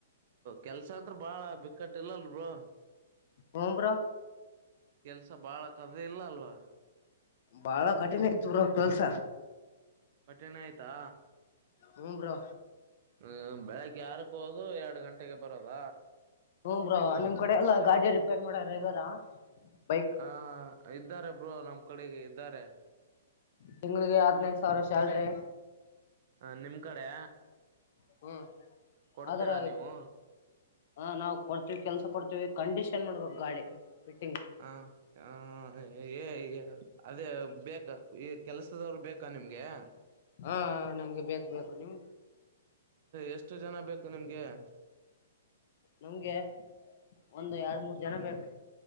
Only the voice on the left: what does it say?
ಹ್ಮ ಬ್ರೋ
ಬಾಳ ಕಠಿಣ ಇತ್ತು ಊರಲ್ಲಿ ಕೆಲ್ಸ
ಹು ಬ್ರೋ
ಹು ಬ್ರೋ ನಿಮ್ ಕಡೆ ಎಲ್ಲ ಗಾಡಿ ರಿಪೇರ್ ಮಾಡೋರು ಇದ್ದಾರಾ ಬೈಕ್
ತಿಂಗ್ಳಿಗೆ ಹದ್ನೈದು ಸಾವಿರ ಸ್ಯಾಲರಿ
ಹು
ಆದ್ರ
ಹ ನಾವವು ಕೊಡ್ತೀವಿ ಕೆಲ್ಸ ಕೊಡ್ತೀವಿ ಕಂಡೀಷನ್ ಮಾಡ್ಬೇಕ ಗಾಡಿ ಫಿಟ್ಟಿಂಗ್
ಹಾ ನಮ್ಗೆ ಬೇಕ ಬೇಕು ನಿಮ್
ನಮ್ಗೆ ಒಂದು ಎರಡ್ ಮೂರ್ ಜನ ಬೇಕು